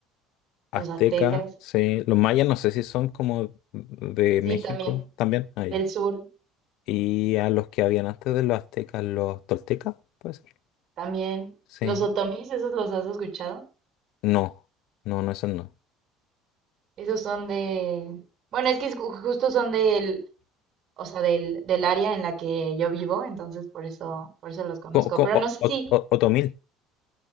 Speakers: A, on the left (about 70°); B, on the right (about 50°).
A: aztecas,
B: Los aztecas.
A: sí. Los mayas no sé si son como de
B: Sí,
A: México
B: también.
A: también. Ah,
B: Del
A: ya.
B: sur,
A: Y a los que habían antes de los aztecas, los toltecas, puede ser.
B: también.
A: Sí.
B: Los otomís, ¿esos los has escuchado?
A: No, no, no, esos no.
B: Esos son de... Bueno, es que es ju- justo son del, o sea, del, del área en la que yo vivo, entonces por eso, por eso los conozco.
A: Co- co-
B: Pero no
A: o-
B: sé si,
A: o- o- otomil,